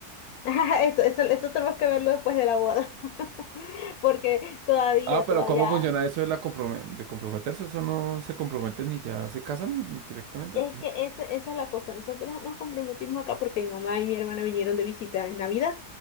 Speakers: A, on the left (about 70°); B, on the right (about 80°).
A: <laughs> Esto, eso- esto tenemos que verlo después de la boda, <laughs> porque todavía,
B: Ah, pero
A: todavía,
B: ¿cómo funciona eso de, la comprome- de comprometerse? Eso no se comprometen y ya se casan y- directamente.
A: es
B: ¿o qué?
A: que esa, esa es la cosa, nosotros nos comprometimos acá porque mi mamá y mi hermana vinieron de visita en Navidad,